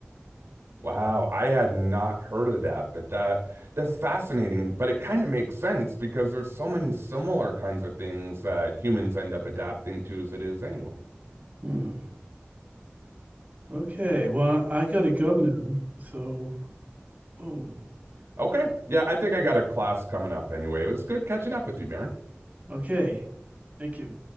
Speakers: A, on the right; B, on the right.
A: Wow, I had not heard of that, but that that's fascinating. But it kind of makes sense because there's so many similar kinds of things that humans end up adapting to as it is anyway.
B: Hmm. Okay. Well, I gotta go now. So, oh,
A: Okay, yeah, I think I
B: yeah.
A: got a class coming up anyway. It was good catching up with you, Mary.
B: Okay. Thank you.